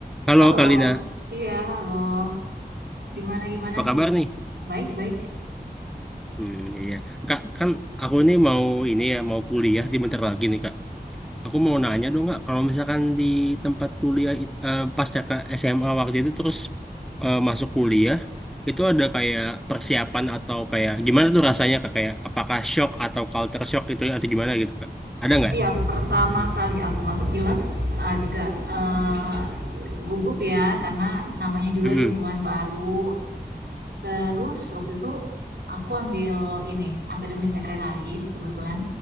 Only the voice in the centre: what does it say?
Halo
Kalina,
apa
kabar nih?
Hmm, iya. Kak, kan aku ini mau ini ya, mau kuliah di bentar lagi nih Kak. Aku mau nanya dong Kak, kalau misalkan di tempat kuliah it- eh, pasca Kak SMA waktu itu terus eh, masuk kuliah, itu ada kayak persiapan atau kayak gimana tuh rasanya Kak? Kayak apakah shock atau culture shock gitu atau gimana gitu Kak? Ada nggak?
Mm-mm.